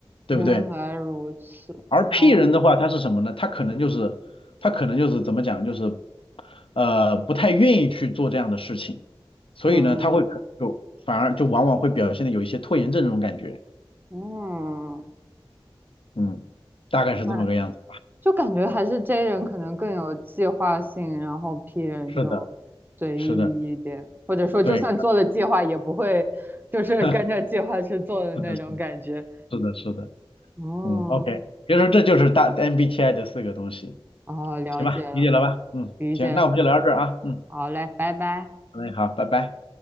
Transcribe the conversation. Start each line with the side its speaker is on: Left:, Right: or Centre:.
Left: 对不对？
Right: 原来如此。
Left: 而
Right: 哦，
Left: P 人的话，他是什么呢？他可能就是他可能就是怎么讲，就是呃不太愿意去做这样的事情，所以呢，
Right: 嗯
Left: 他会可就反而就往往会表现的有一些拖延症这种感觉，
Right: 嗯。
Left: 嗯，大概是这么个样子。
Right: 那。就感觉还是 J 人可能更有计划性，然后 P 人就随意一点，
Left: 是的，是的，
Right: 或者说就算做了计划，
Left: 对，
Right: 也不会就是跟着计划去做的那种感觉。
Left: <laughs> 是的，是的，是的，是的，
Right: 哦，
Left: 嗯，OK，别说这就是大 MBTI 的四个东西，
Right: 哦，了解了，
Left: 行吧，理解了吧？嗯，
Right: 理解了。
Left: 行，那我们就聊到这儿啊，嗯，
Right: 好嘞，拜拜。
Left: 好嘞，好，拜拜。